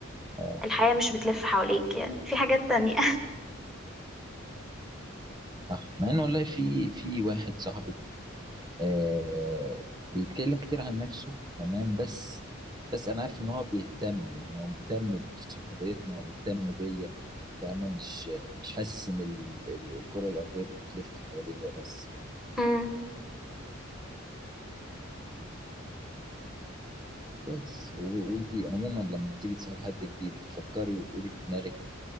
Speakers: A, on the right; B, in the centre.
A: آه.
B: الحياة مش بتلف حواليك يعني في حاجات تانية
A: صح مع ان والله في في واحد صاحبي آه بيتكلم كتير عن نفسه تمام بس بس انا عارف ان هو بيهتم يعني هو مهتم بصحبيتنا هو مهتم بيا فاهمة مش مش حاسس ان ال- ال- الكرة الارضية بتلف حواليه هو بس
B: <laughs> أمم.
A: فكويس و- وانتي عموما لما بتيجي تصاحب حد جديد بتفكري وتقولي في دماغك